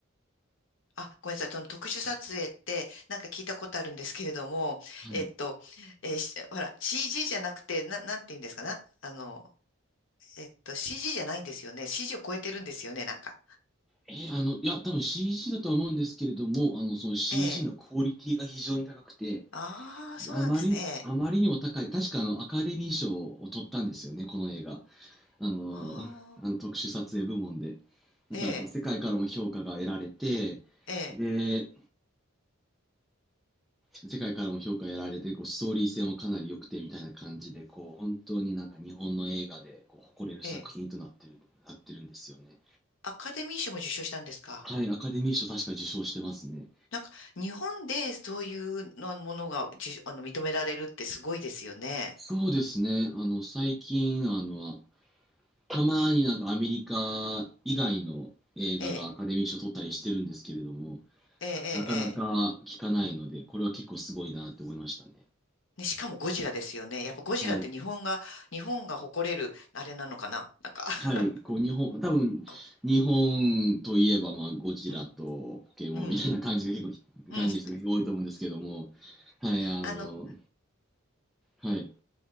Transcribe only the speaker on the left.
あ、ごめんなさい。その特殊撮影って、なんか聞いたことあるんですけれども、
えっと、えーしほら、CG じゃなくて、な、なんて言うんですかなあの、えっと、CG じゃないんですよね。CG を超えてるんですよね、なんか。
ええ。
ああ、そうなんですね。
ええ。
ああ、
ええ、
ええ、
ええ。
アカデミー賞も受賞したんですか
なんか、日本でそういうのものが、じ、あの、認められるってすごいですよね。
ええ、ええ、ええ。
ええ
ね、しかもゴジラですよね。やっぱゴジラって日本が、
日本が誇れる、あれなのかななんか
<laughs>
こ
う、うん、うん、うん。
あの、